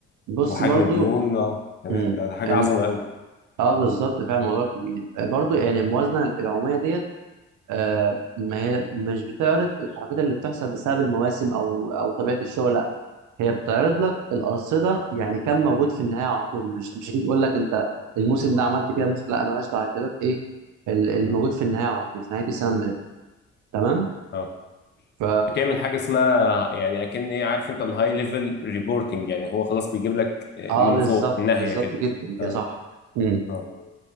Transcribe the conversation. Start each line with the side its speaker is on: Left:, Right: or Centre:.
Right: بص
Left: وحجم
Right: برضو
Left: الديون أه تمام
Right: مم.
Left: ده ده حاجة
Right: الم...
Left: عظمة أوي
Right: اه بالظبط فعلا موضوع كبير آه، برضو يعني الموازنه العموميه ديت آه ما هي مش بتعرض الحركات اللي بتحصل بسبب المواسم او او طبيعه الشغل لا هي بتعرض لك الارصده يعني كم موجود في النهايه على طول مش مش هتيجي تقول لك انت الموسم ده عملت كده الموسم لا انا مالهاش دعوه هتقول لك ايه ال- اللي
Left: مم.
Right: موجود في النهايه على طول في نهايه السنه الماليه تمام
Left: أه
Right: ف
Left: بتعمل حاجة اسمها يعني أكن إيه عارف أنت الهاي ليفل ريبورتنج يعني هو خلاص بيجيب لك آه،
Right: اه
Left: من
Right: بالظبط
Left: فوق الناهية
Right: بالظبط
Left: كده
Right: جدا كده
Left: أه
Right: صح مم.
Left: أه